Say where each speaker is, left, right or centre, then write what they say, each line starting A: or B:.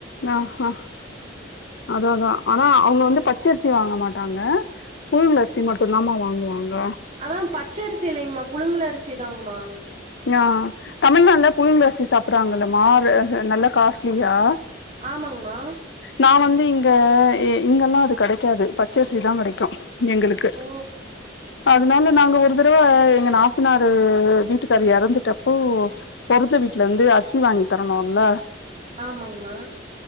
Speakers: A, on the left; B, on the right.
A: ஆஆஆ அதா அதா ஆனா அவங்க
B: ம்
A: வந்து பச்சரிசி வாங்க மாட்டாங்க புழுங்கரிசி மட்டு தாமா வாங்குவாங்க
B: அதா பச்சரிசி இல்லைங்கம்மா புழுங்கலரிசிதாங்மா
A: ஆ தமிழங்க புழுங்கலரிசி சாப்டுறாங்கல்லம்மா அது நல்ல காஸ்ட்லியா
B: ஆமாங்ம்மா
A: நா வந்து இங்க இங்கெல்லா அது கெடைக்காது பச்சரிசிதா கெடைக்கு எங்களுக்கு
B: ஓ
A: அதனால நாங்க ஒரு தடவ எங்க நாத்தனாறு வீட்டுக்காரு எறந்துட்டப்போ பொறந்த வீட்டல இந்து அரிசி வாங்கி தரணுல்ல
B: ஆமாங்மா